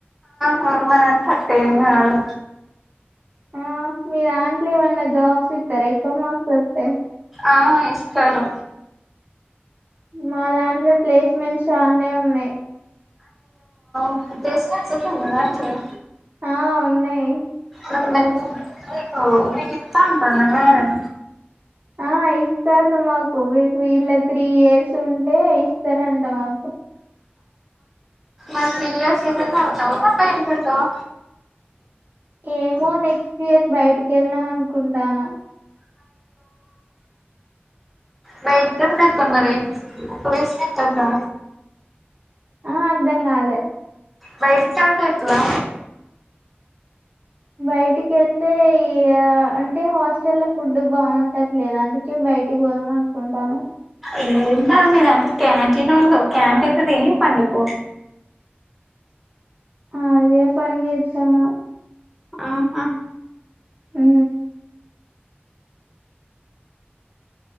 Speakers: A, in the centre; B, on the right.
A: అ మనం సట్టేం కాదు
B: ఆ మీ దాంట్లేమన్న జాబ్స్ ఇత్తర ఎక్కువ మాక్సతే
A: ఆ ఇస్తరు
B: మా దాంట్ల ప్లేస్మెంట్స్ ఆన్నే ఉన్నయి
A: ఆ ప్లేస్మెంట్స్ ఉన్నయడ మంచిగా
B: ఆ ఉన్నయి
A: మరి నువ్వు ఒ మీకిత్తాంటంద మేడం
B: ఆ ఆ ఇస్తారు మాకు వి వీళ్ళ త్రీ ఇయర్స్ ఉంటే ఇస్తారంట మాకు
A: ఆ త్రీ ఇయర్స్ ఇళ్లనే ఉంటవ మరి వదిలిపెడతవా
B: ఏమో నెక్స్ట్ ఇయర్ బయటికెళ్దాం అనుకుంటాన్న
A: బయటికి ఏళ్తే ఎట్లా మరి <unintelligible> కదా
B: ఆ అర్ధం కాలే
A: బయటికెళ్తే ఎట్లా
B: బయటికి కెళ్తే ఈ గ అంటే హాస్టల్ ల ఫుడ్ బాగుంటట్లేదు అందుకే బ బయటికి పోదాం అనుకుంటాన్నం
A: ఏం కాదు మీదాంట్ల క్యాంటిన్ ఉండు క్యాంటీన్ల తిని పండుకొ
B: ఆదే పని చేత్తన్నం
A: ఆహ
B: ఊ